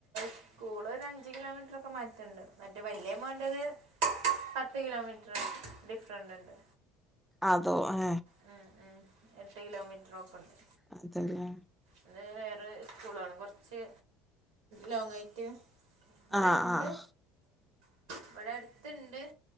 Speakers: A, on the right (about 80°); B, in the centre.
A: സ്കൂള ഒരു അഞ്ച കിലോമീറ്റർൊക്കെ മാറ്റണ്ട് മറ്റേ വലിയ എമോറത് പത്ത് കിലോമീറ്റർ ഡിഫറന്റ് ഉണ്ട്
B: അതോ ആ
A: മ് മ് എട്ട് കിലോമീറ്ററൊക്കെ ഉണ്ട്
B: അതല്ലേ
A: അത് വേറെ സ്കൂളാണ് കുറച്ച് ലോങ്ങായിട്ട് ഇവിടെ
B: ആഹ്
A: ഇണ്ട്
B: ആഹ്
A: ഇവിടെ അടുത്ത്ണ്ട്